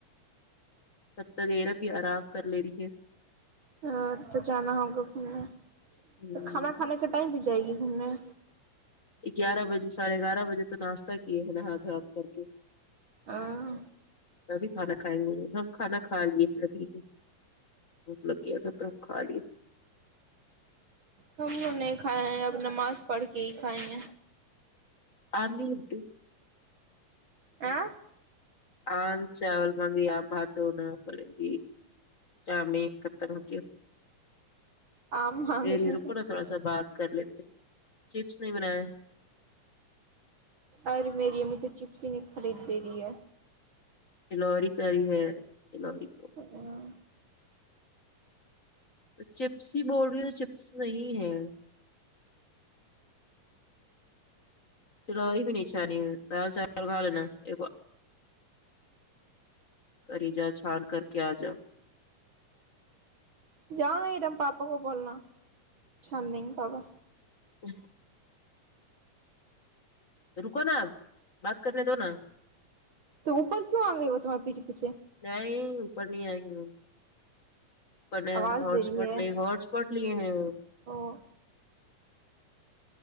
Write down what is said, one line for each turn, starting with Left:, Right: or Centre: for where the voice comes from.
Left: تب تک ارم بھی آرام کر لے رہی ہے
Right: ہاں تو جانا ہوگا گھومنے
Left: ہ
Right: تو کھانا کھانے ٹائم پہ جائے گی گھومنے
Left: یہ گیارہ بجے ساھے گیارہ بجے تو ناشتہ کی ہے نہ ہات د ہات کر کے
Right: ہاں
Left: ابھی کھانا کھائیں گے ہم کھانا کھا لیے پھر ابھی بھک لگ گیا تھا تو خالی
Right: ہم انہیں کھائے ہیں اب نماز پڑھ کے ہی کھائے گے
Left: اپ نہیں ہوتی
Right: آ
Left: آم چاول مگی <unintelligible> آ بات نہ بول گی شام نے ایک خترم کی
Right: آم مانگ
Left: دیری
Right: رہے
Left: رکو
Right: ہیں
Left: نا تھوڑا سا بات کر لیتے چپس نہیں بنایا
Right: ارے میری امی تو چپس ہی نہیں خرید دے رہی ہے
Left: تلوری کری ہے تلوری کو
Right: ہاں
Left: تو چپس ہی بول رہی ہے تو چپس نہیں ہے تو لی بھی نہیں چھانی دال چاول کا لینا ایک کرری جاؤ چھال کر کے آ جاؤ
Right: جاؤ ایرم پاپا کو بولنا چندینگے پاپا
Left: اچ رکو نا آپ بات کرنے دو نا
Right: تو اوپر کیوں آ گئی وہ تمہارے پیچھے پیچھے
Left: نہیں اوپر نہیں آئی گی وه پ
Right: آواز
Left: ہوٹسپوٹ
Right: دے رہی ہے
Left: لے ہوٹسپوٹ لیے ہے
Right: او